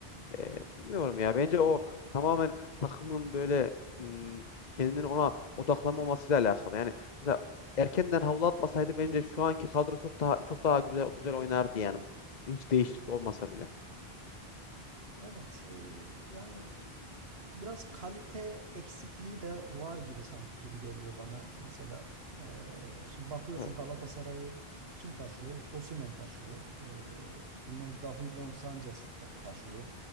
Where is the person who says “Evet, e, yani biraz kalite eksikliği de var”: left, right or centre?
Right